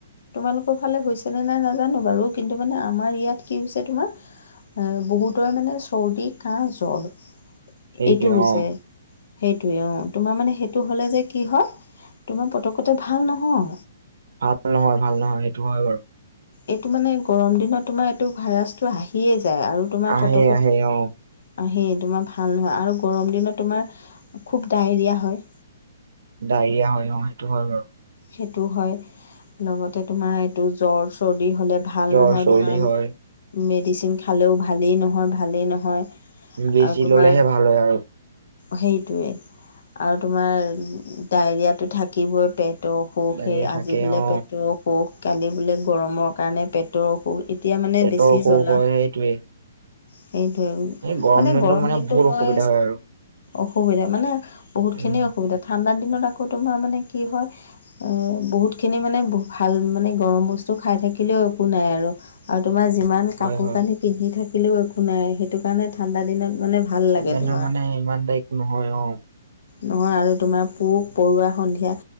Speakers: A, on the left; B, on the right.
A: তোমালোকৰ ফালে হৈছেনে নাই নাজানো বাৰু, কিন্তু মানে আমাৰ ইয়াত কি হৈছে তোমাৰ এ বহুতৰে মানে চৰ্দি কাহ জ্বৰ।
B: সেইটোৱে
A: এইটো হৈছে।
B: অ
A: সেইটোৱে, অ, তোমাৰ মানে সেই এইটো হ'লে যে কি হয় তোমাৰ পতকতে ভাল নহয়।
B: ভাল নহয়, ভাল নহয়, সেইটো হয় বাৰু।
A: এইটো মানে গৰম দিনত তোমাৰ এইটো ভাইৰাছটো আহিয়েই আৰু তোমাৰ
B: আহে
A: পতকতে
B: আহে অ
A: সেই তোমাৰ ভাল নহয়, আৰু গৰম দিনত তোমাৰ খুব ডায়েৰিয়া হয়।
B: ডায়েৰিয়া হয় অ' সেইটো হয় বাৰু।
A: সেইটো হয়, লগতে তোমাৰ এইটো জ্বৰ চৰ এ হ'লে ভাল
B: জ্বৰ
A: নহয়
B: চৰ্দি
A: তোমাৰ
B: হয়
A: মেডিচিন খালেও ভালেই নহয় ভালেই নহয়।
B: বেজি
A: আৰু তোমাৰ
B: ললেহে ভাল হয় আৰু।
A: সেইটোৱে আৰু তোমাৰ ডায়েৰিয়াটো থাকিবই, পেট পেটৰ অসুখ
B: ডায়েৰিয়া
A: সেই আজি
B: থাকে
A: বোলে
B: অ
A: পেটৰ অসুখ। কালি বোলে গৰমৰ কাৰণে পেটৰ অসুখ। এতিয়া মানে
B: পেটৰ
A: বেছি
B: অসুখ
A: জ্বলা
B: হয় সেইটোৱে
A: সেইটোৱে,
B: এই
A: মানে
B: দিনটো
A: গৰম দিনতটো
B: বহুত
A: মই
B: অসুবিধা হয় আৰু
A: অসুবিধা মানে, বহুত
B: উম
A: খিনি অসুবিধা। ঠাণ্ডা দিনত আকৌ তোমাৰ মানে কি হয় এ বহুত খিনি মানে ভাল মানে, গৰম বস্তু খাই থাকিলেও একো নাই। আৰু আৰু তোমাৰ যিমান কাপোৰ
B: হয় হয়
A: কানি পিন্ধি থাকিলেও একো নাই। সেইটো কাৰণে ঠাণ্ডা দিনত মানে ভাল
B: ঠাণ্ডা
A: লাগে
B: দিনত
A: তোমাৰ
B: মানে ইমান তা একো নহয় অ।
A: নহয় আৰু তোমাৰ পোক পৰুৱা সন্ধিয়া